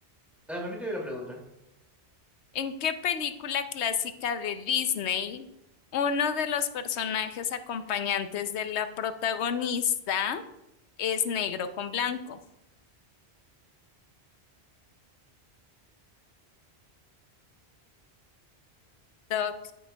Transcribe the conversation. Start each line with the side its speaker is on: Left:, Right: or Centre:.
Centre: Ah, repíteme la pregunta.
Left: ¿En qué película clásica de Disney uno de los personajes acompañantes de la protagonista es negro con blanco? Toc,